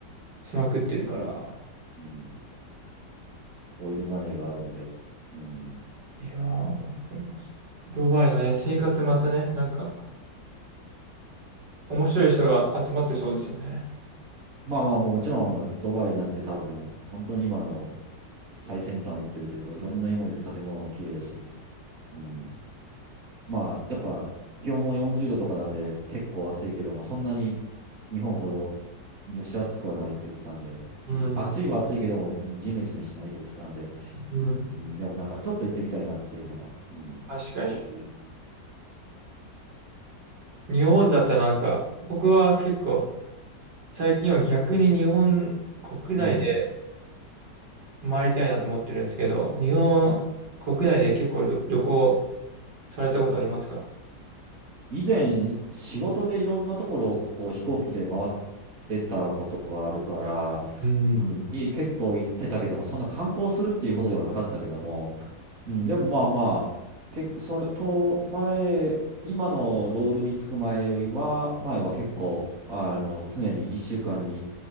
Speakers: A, on the right; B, on the right.
A: しまくってるから。
B: うん、オイルマネーがあるんで。うん、
A: いやー、わかります。ドバイのね、生活またね、なんか、面白い人が集まってそうですよね。
B: まあまあ、もちろん、ドバイなんて多分、本当に今の最先端を行ってるというか、いろんな意味で建物も綺麗だし、うんまあ、やっぱ、気温も40度とかなんで、結構暑いけども、そんなに日本ほど蒸し暑くはないって言ってたんで、
A: うん。
B: うん、暑いは暑いけども、ジメジメしないと言ってたんで、
A: うん。
B: うん、でもなんか、ちょっと行ってみたいなっていうのは、うん。
A: 確かに。日本だったらなんか、僕は結構、最近は逆に日本国内で
B: うん、
A: 回りたいなと思ってるんですけど、日本国内で結構旅、旅行されたことありますか
B: 以前、仕事でいろんなところをこう飛行機で回ってたことがあるから、
A: うん。
B: うん、い結構行ってたけども、そんな観光するっていうほどではなかったけども、うん、でもまあまあ、けそれと前、今のロールにつく前よりは、前は結構、あの、常に1週間に、